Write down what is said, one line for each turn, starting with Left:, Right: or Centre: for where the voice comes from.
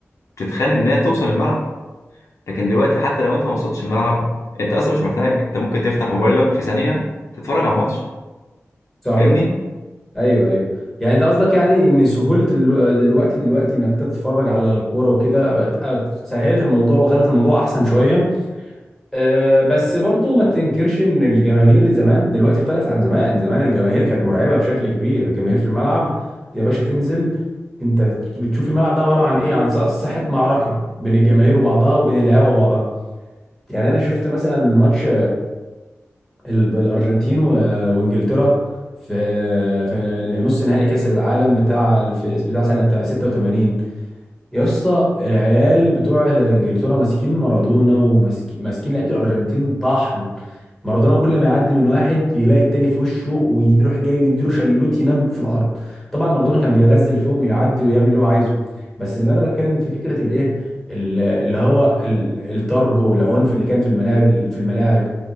Left: بتتخانق إنها توصل الملعب لكن دلوقتي حتى لو انت ما وصلتش الملعب انت اصلا مش محتاج انت ممكن تفتح موبايلك في ثانية تتفرج على الماتش
Centre: صح
Left: فاهمني
Centre: ايوه ايوه يعني انت قصدك يعني ان سهولة ال- دلوقتي دلوقتي انك تتفرج على الكورة وكده بقت بقت سهلت الموضوع وخلت الموضوع احسن شوية أه بس برضو ما تنكرش ان الجماهير زمان دلوقتي اختلفت عن زمان زمان الجماهير كانت مرعبة بشكل كبير الجماهير في الملعب يا باشا تنزل انت بتشوف الملعب ده عبارة عن ايه عن ص- ساحة معركة بين الجماهير وبعضها وبين اللعيبة وبعضها يعني انا شفت مثلا ماتش ال- الارجنتين و- وانجلترا في في نص نهائي كاس العالم بتاع في بتاع سنه 86 يا اسطى العيال بتوع انجلترا ماسكين مارادونا وماسكين لعيبه الارجنتين طحن مارادونا كل ما يعدي من واحد يلاقي التاني في وشه ويروح جاي يديله شلوت ينام في الارض طبعا مارادونا كان بيغزل فيهم ويعدي ويعمل اللي هو عايزه بس اللي انا بتكلم فيه فكره الايه ال- اللي هو ال- الضرب والعنف اللي كان في الملاعب في الملاعب